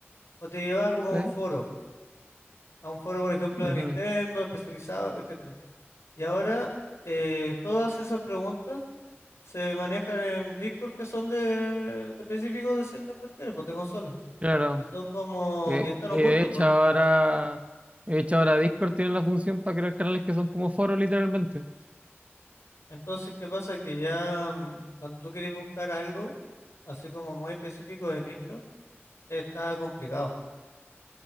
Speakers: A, on the left; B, on the right.
A: o te llevaba como
B: ¿Sí?
A: a un foro a un foro, por ejemplo,
B: Ujú,
A: de Nintendo, especializado, etcétera. Y ahora eh, todas esas preguntas se manejan en Discord que son de específicos de ciertas cuestiones, pues, de consolas.
B: Claro.
A: Y son como,
B: Eh,
A: y están
B: eh,
A: ocultos,
B: de hecho,
A: pues. ¿no?
B: ahora, de hecho, ahora Discord tiene la función para crear canales que son como foros, literalmente.
A: Entonces, ¿qué pasa? Que ya mm, cuando tú querés buscar algo, así como muy específico de nicho, está complicado